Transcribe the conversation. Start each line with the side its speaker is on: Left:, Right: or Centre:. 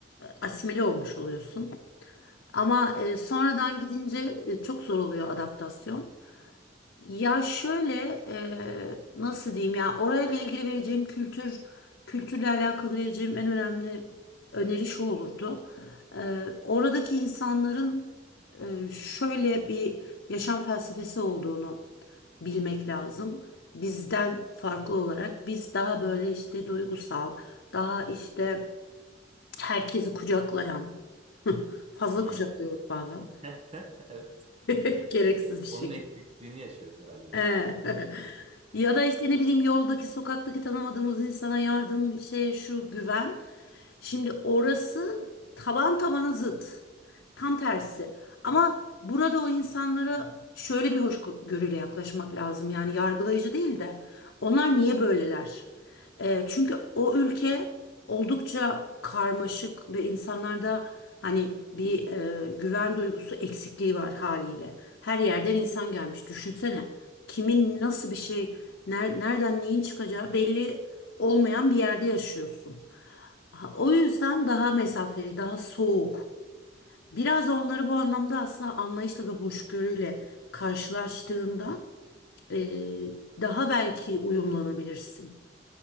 Left: asimile olmuş oluyorsun. Ama e, sonradan gidince e, çok zor oluyor adaptasyon. Ya şöyle e, nasıl diyeyim ya orayla ilgili vereceğim kültür kültürle alakalı vereceğim en önemli öneri şu olurdu. E, oradaki insanların e, şöyle bir yaşam felsefesi olduğunu bilmek lazım. Bizden farklı olarak biz daha böyle işte duygusal, daha işte herkesi kucaklayan, fazla
Right: Hmm.
Left: kucaklıyoruz bazen
Right: <laughs> Evet.
Left: <laughs>
Right: Evet.
Left: gereksiz bir şekilde.
Right: Onun eksikliğini yaşıyoruz herhalde zaten.
Left: He. <laughs>
Right: Evet.
Left: Ya da işte ne bileyim yoldaki sokaktaki tanımadığımız insana yardım şey şu güven. Şimdi orası taban tabana zıt. Tam tersi. Ama burada o insanlara şöyle bir hoşgörüyle yaklaşmak lazım. Yani yargılayıcı değil de onlar niye böyleler? E, çünkü o ülke oldukça karmaşık ve insanlarda hani bir e, güven duygusu eksikliği var haliyle. Her yerden insan gelmiş. Düşünsene kimin
Right: Tabii.
Left: nasıl bir şey, ner- nereden neyin çıkacağı belli olmayan bir yerde yaşıyorsun. Ha, O yüzden daha mesafeli, daha soğuk. Biraz onları bu anlamda aslında anlayışla ve hoşgörüyle karşılaştığında e, daha belki uyumlanabilirsin.